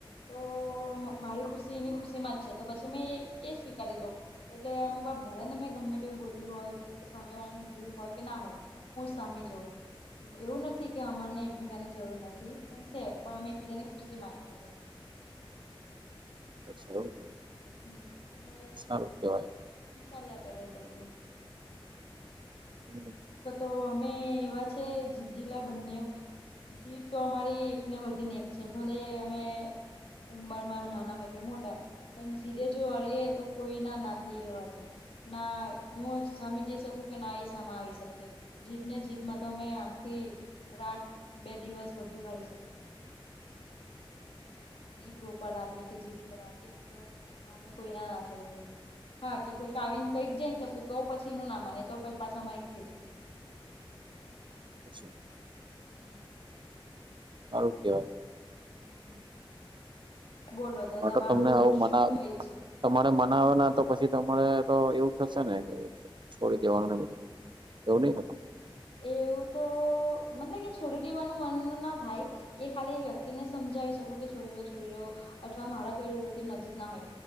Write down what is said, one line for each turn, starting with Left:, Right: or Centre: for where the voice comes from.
Left: તો મારી ખુશી એની ખુશી માં જ છે તો પછી મેં એ સ્વીકારી લો. એટલે અમુક ભજને મેં ગમે તેવું બોલી હોય સામે વાળા ની ભૂલ હોય કે ના હોય હું જ સામે જઉં એવું નથી કે અમારને એકબીજા ની જરૂર નથી પણ છે પણ અમે એકબીજા ની ખુશી માનીએ બધા
Right: <unintelligible>
Left: હમ્મ એટલે
Right: સારું કેવાય
Left: ચાલ આપ્યા ર તો બધું
Right: <unintelligible>
Left: તો અમે એવા છે જિદીલા બંનેવ જી તો અમારી એકને વધીને એક છે ભલે અમે ઉરમાં નાના હોય કે મોટા પણ જીદે જો હળએ તો કોઈ ના ના થઈ એવા છે. ના હું સામે જઈ શકું કે ના એ સમા આવી શક જીદ ને જીદ માં તો અમે આખી રાત બે દિવસ બધું કરીશ ઈ ઘો પર આવીએ કે જીદ પર આવીએ તો તો અમે કોઈના ના થઈએ હા કે કોઈક આવીને કંઈક જમ કશું તો પછી નું ના માનીએ તોછી પાછા મા એકક થઈ જઈએ
Right: ચ્છા
Left: હા.
Right: હારું કેવાય
Left: હમ બોલો તો
Right: હા
Left: તમારું
Right: તમને આવું મના
Left: શું એ છે.
Right: તમારે મનાવે ના તો પછી તમારે તો એવું થશે ને કે છોડી દેવાનું ને બધું એવું નહં થ
Left: એવું તો મતલબ કે છોડી દેવાનું મન ના થાય એ ખાલી એ વ્યક્તિને સમજાવી શકું કે છોડી દ છોડી દું અથવા મારા કોઈ ર નજીક ના હોય